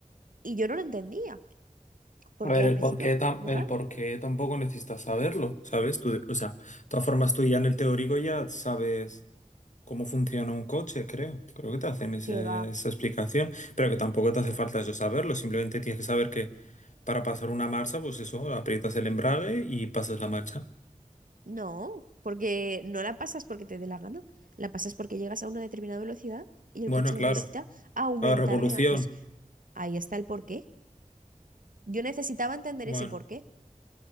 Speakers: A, on the right; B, on the left.
A: Y yo no lo entendía, porque
B: A ver,
A: al
B: el
A: principio,
B: por qué, tam-
A: muy
B: el
A: raro.
B: por qué tampoco necesitas saberlo, ¿sabes? Tú, o sea, de todas formas tú ya en el teórico ya sabes cómo funciona un coche, creo. Creo que te hacen ese-
A: ¿Qué va?
B: esa explicación, pero que tampoco te hace falta eso saberlo, simplemente tienes que saber que para pasar una marcha, pues eso, aprietas el embrague y pasas la marcha.
A: No, porque no la pasas porque te dé la gana, la pasas porque llegas a una determinada velocidad y
B: Bueno,
A: el coche
B: claro.
A: necesita aumentar
B: La revolución.
A: de ma- Pues ahí está el porqué. Yo necesitaba entender
B: Bueno.
A: ese porqué,